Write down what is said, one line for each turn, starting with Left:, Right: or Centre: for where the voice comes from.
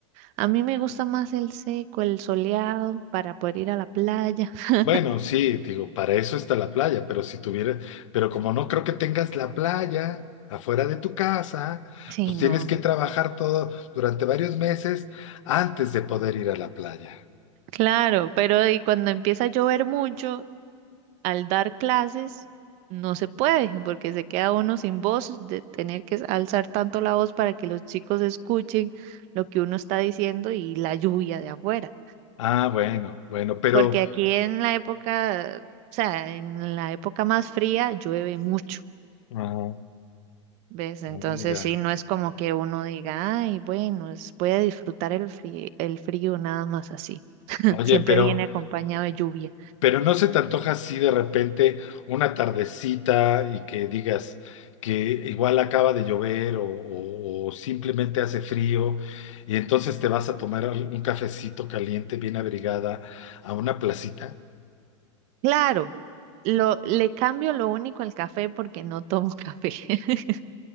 Right: a mí me gusta más el seco, el soleado para poder ir a la playa. <laughs>
Left: Bueno, sí, digo, para eso está la playa, pero si tuviera, pero como no creo que tengas la playa afuera de tu casa,
Right: Sí,
Left: pues
Right: no.
Left: tienes que trabajar todo durante varios meses antes de poder ir a la playa.
Right: Claro, pero y cuando empieza a llover mucho, al dar clases, no se puede, porque se queda uno sin voz, de tener que alzar tanto la voz para que los chicos escuchen lo que uno está diciendo y la lluvia de afuera.
Left: Ah, bueno, bueno, pero,
Right: Porque aquí en la época, o sea, en la época más fría llueve mucho,
Left: Ajá,
Right: ¿ves? Entonces
Left: ah, ya.
Right: sí, no es como que uno diga, ay, bueno, es, voy a disfrutar el frío, el frío nada más así. <laughs>
Left: Oye,
Right: Siempre
Left: pero
Right: viene acompañado de lluvia.
Left: Pero no se te antoja así de repente una tardecita y que digas que igual acaba de llover o, o- o simplemente hace frío y entonces te vas a tomar al- un cafecito caliente, bien abrigada, a una placita.
Right: Claro, lo, le cambio lo único al café porque no tomo café. <laughs>